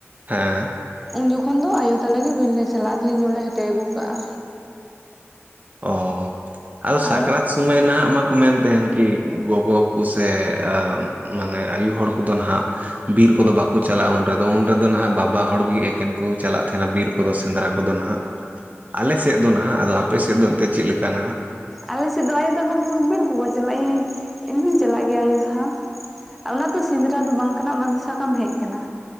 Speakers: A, on the right; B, in the centre.
A: ᱦᱮᱸ,
B: ᱩᱱ ᱡᱚᱠᱷᱚᱱ ᱫᱚ ᱟᱭᱳ ᱛᱟᱞᱮ ᱜᱮ ᱵᱤᱨ ᱞᱮ ᱪᱟᱞᱟᱜᱼᱟ ᱰᱷᱮᱨ ᱧᱚᱜ ᱞᱮ ᱦᱮᱴᱮᱡ ᱟᱹᱜᱩ ᱠᱟᱜᱼᱟ᱾
A: ᱚ ᱟᱫᱚ ᱥᱟᱠᱨᱟᱛ,
B: ᱟᱨ
A: ᱥᱚᱢᱚᱭ ᱱᱟᱦᱟᱜ ᱢᱟᱠᱚ ᱢᱮᱱ ᱛᱟᱦᱮᱱ ᱠᱤ ᱜᱚᱜᱚ ᱠᱚ ᱥᱮ? ᱢᱟᱱᱮ ᱟᱭᱩ ᱦᱚᱲ ᱠᱚᱫᱚ ᱱᱟᱦᱟᱜ, ᱵᱤᱨ ᱠᱚᱫᱚ ᱵᱟᱠᱚ ᱪᱟᱞᱟᱜᱼᱟ ᱩᱱ ᱨᱮᱫᱚ ᱩᱱ ᱨᱮᱫᱚ ᱱᱟᱦᱟᱜ ᱵᱟᱵᱟ ᱦᱚᱲᱜᱮ ᱮᱠᱮᱱ ᱠᱚ ᱪᱟᱞᱟᱜ ᱛᱟᱦᱮᱱᱟ ᱵᱤᱨ ᱠᱚᱫᱚ ᱥᱮᱸᱫᱽᱨᱟ ᱠᱚᱫᱚ ᱱᱟᱦᱟᱜ ᱟᱞᱮ ᱥᱮᱫ ᱫᱚ ᱱᱟᱦᱟᱜ ᱟᱫᱚ ᱟᱯᱮ ᱥᱮᱫ ᱫᱚ ᱮᱱᱛᱮᱫ ᱪᱮᱫ ᱞᱮᱠᱟ ᱱᱟᱦᱟᱜ,
B: ᱟᱞᱮ ᱥᱮᱫ ᱫᱚ ᱟᱭᱳ ᱛᱟᱠᱚ ᱜᱮ ᱵᱤᱨ ᱠᱚᱠᱚ ᱪᱟᱞᱟᱜ ᱜᱮᱭᱟ ᱤᱧ ᱦᱚᱧ ᱪᱟᱞᱟᱜ ᱜᱮᱭᱟ ᱟᱭᱳᱥᱟᱣ᱾ ᱚᱱᱟ ᱫᱚ ᱥᱮᱸᱫᱽᱨᱟ ᱫᱚ ᱵᱟᱝ ᱠᱟᱱᱟ ᱚᱱᱟ ᱫᱚ ᱥᱟᱠᱟᱢ ᱦᱮᱡ ᱟᱠᱟᱱᱟ᱾